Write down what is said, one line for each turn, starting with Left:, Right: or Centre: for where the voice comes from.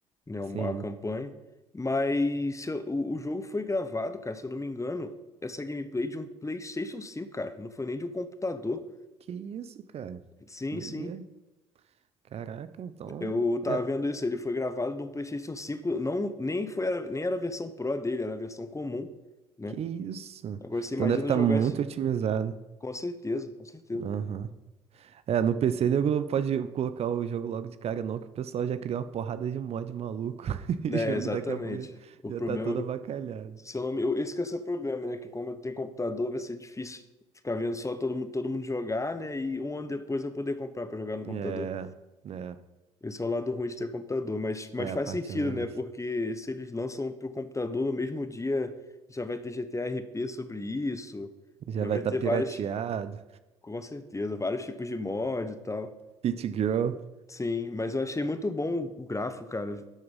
Left: né, uma-
Right: sim.
Left: a campanha. Mas se eu- o, o jogo foi gravado, cara, se eu não me engano, essa gameplay de um PlayStation cinco, cara, não foi nem de um computador.
Right: Que isso, cara?
Left: Sim,
Right: Doideira.
Left: sim.
Right: Caraca, então.
Left: Eu
Right: É,
Left: tava vendo isso, ele foi gravado de um PlayStation cinco. não nem foi nem era a versão Pro dele, era a versão comum. né?
Right: que isso?
Left: Agora você
Right: Então
Left: imagina
Right: deve estar
Left: jogar
Right: muito
Left: isso.
Right: otimizado.
Left: Com certeza, com certeza.
Right: Aham. É, no PC nego não pode colocar o jogo logo de cara, não, que o pessoal já criou uma porrada de mod maluco <laughs> e
Left: É,
Right: o jogo
Left: exatamente.
Right: daqui a pouco já,
Left: O
Right: já
Left: problema
Right: tá todo
Left: do.
Right: avacalhado.
Left: Se eu não me... eu- Esse que é o seu problema, né? Que como eu tenho computador, vai ser difícil ficar vendo só todo mundo, todo mundo jogar, né? E um ano depois eu poder comprar para jogar no
Right: É,
Left: computador.
Right: né?
Left: Esse é o lado ruim de ter computador. Mas, mas
Right: É,
Left: faz
Right: a parte
Left: sentido,
Right: essa.
Left: né? Porque se eles lançam pro computador no mesmo dia, já vai ter GTA RP sobre isso.
Right: Já
Left: Já
Right: vai
Left: vai
Right: estar
Left: ter
Right: tá
Left: vários,
Right: pirateado.
Left: com certeza, vários tipos de mod e tal.
Right: Pit Girl.
Left: Sim, mas eu achei muito bom o o gráfico, cara.